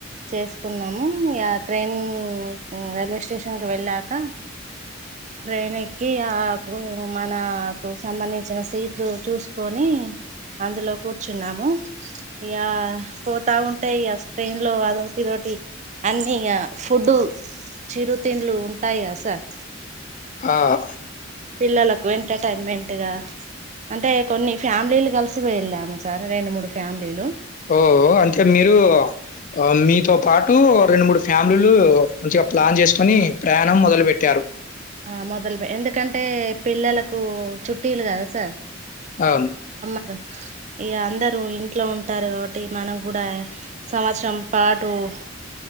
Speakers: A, on the right (about 35°); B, on the left (about 40°).
A: చేసుకున్నాముహు యా ఆ ట్రైన్ హ్మ్మ్ రైల్వే స్టేషన్ కి వెళ్ళాక ట్రైన్ ఏకి ఆకు మనా కు సంబంధి ఇచ్చినా సీట్లు చూసుకొని అందులో కూర్చున్నాము ఇగా పోతా ఉంటే ఇగా వస్తుండ్లో అదొకటి ఇదొకటి అన్నీ ఇగ ఫుడ్ చిరుతిండ్లు ఉంటాయి గా సార్
B: ఆ
A: పిల్లలకు ఎంటర్‌టైన్‌మెంట్‌గా అంటే కొన్ని ఫ్యామిలీలు గలిసి వెళ్ళాము సార్ రెండు మూడు ఫ్యామిలీలు
B: ఓ ఓ అంటే మీరు ఆ మీతో పాటు రెండు, మూడు ఫ్యామిలీలు మంచిగా ప్లాన్ జెసుకొని ప్రయాణం మొదలు పెట్టారు
A: ఆ మొదలు బెట్ ఎందుకంటే పిల్లలకు చుట్టటీలు కదా సార్
B: అవును
A: గ ఇగ అందరుూ ఇంట్లో ఉంటారు గాబట్టి మనం గూడా సంవత్సరం పాటు హా.